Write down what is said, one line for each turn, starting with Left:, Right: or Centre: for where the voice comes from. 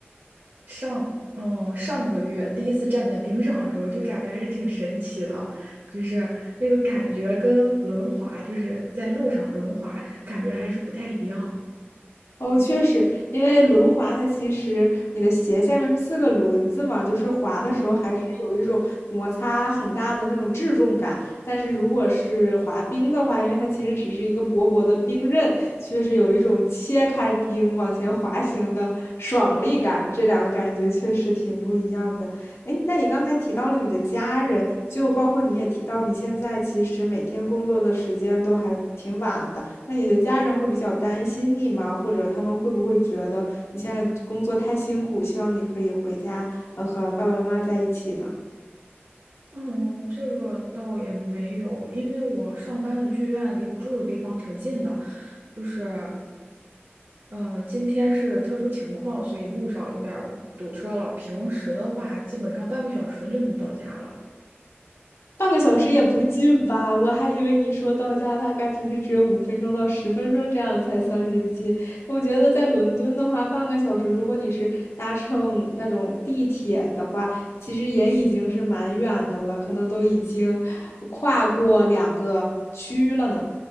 Right: 上嗯，上个月第一次站在冰上的时候，就感觉还是挺神奇的，就是那个感觉跟轮滑，就是在路上轮滑，感觉还是不太一样。
Left: 哦，确实，因为轮滑它其实你的鞋下面是四个轮子嘛，就是滑的时候还是有一种摩擦很大的那种质重感。
Right: 嗯。
Left: 但是如果是滑冰的话，因为它其实只是一个薄薄的冰刃，确实有一种切开冰往前滑行的爽利感。这两个感觉确实挺不一样的。哎，那你刚才提到了你的家人，就包括你也提到你现在其实每天工作的时间都还挺晚的，那你的家人会比较担心你吗？或者他们会不会觉得你现在工作太辛苦，希望你可以回家，呃，和爸爸妈妈在一起呢？
Right: 嗯，这个倒也没有，因为我上班的剧院离我住的地方挺近的，就是呃，今天是特殊情况，所以路上有点儿堵车了。平时的话，基本上半个小时就能到家了。
Left: 半个小时也不近吧？我还以为你说到家大概平时只有五分钟到十分钟这样才算是近。我觉得在伦敦的话，半个小时，如果你是搭乘那种地铁的话，其实也已经是蛮远的了，可能都已经跨过两个区了呢。